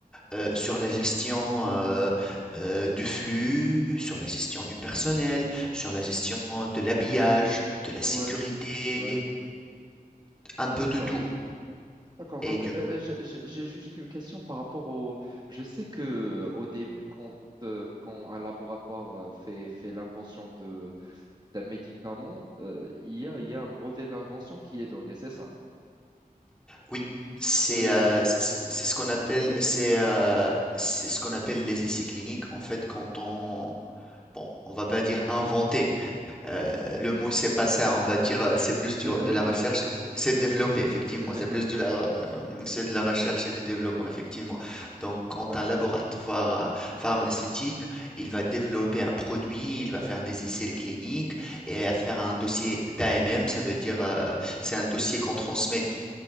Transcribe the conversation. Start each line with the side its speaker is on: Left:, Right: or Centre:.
Centre: euh, sur la gestion euh, euh, du flux, sur la gestion du personnel, sur la gestion de l'habillage, de la sécurité,
Right: Ouais, ouais.
Centre: un peu
Right: D'accord,
Centre: de tout.
Right: d'accord.
Centre: Et
Right: Donc,
Centre: du
Right: euh, euh, j'ai j'ai- j'ai juste une question par rapport au. Je sais que euh, au début, quand, euh, quand un laboratoire euh, fait, fait l'invention de, d'un médicament, euh, il y a, il y a un brevet d'invention qui est donné, c'est ça.
Centre: Oui, c'est
Right: Et
Centre: euh, c'est ce c'est ce qu'on appelle c'est euh, c'est ce qu'on appelle les essais cliniques. En fait, quand on bon, on va pas dire inventer.
Right: Mhm.
Centre: euh, le mot c'est pas ça. On va dire euh, c'est plus du-
Right: développé,
Centre: de la recherche. C'est développer, effectivement.
Right: c'est développé,
Centre: C'est plus de la
Right: oui.
Centre: re- euh, c'est de la recherche et du développement, effectivement. Donc, quand
Right: D'accord.
Centre: un laboratoire euh, pharmaceutique, il va développer un produit, il va faire des essais cliniques et à faire un dossier d'AMM, ça veut dire euh, c'est un dossier qu'on transmet